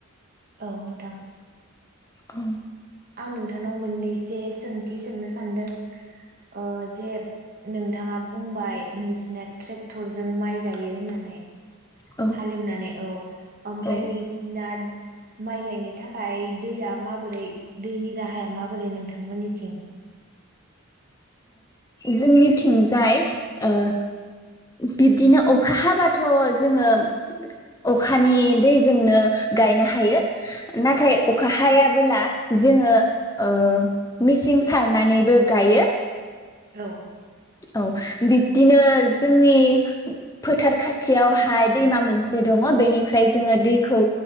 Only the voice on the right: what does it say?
औ नोंथां।
आं नोंथांनाव मोननैसो सोंथि सोंनो सानदों ओ जे नोंथाङा बुंबाय नोंसिना ट्रेक्टरजों माइ गायो होननानै।
हालेवनानै औ ओमफ्राय
नोंसिना माइ गायनो थाखाय दैया माबोरै दैनि राहाया माबोरै नोंथांमोननिथिं?
औ।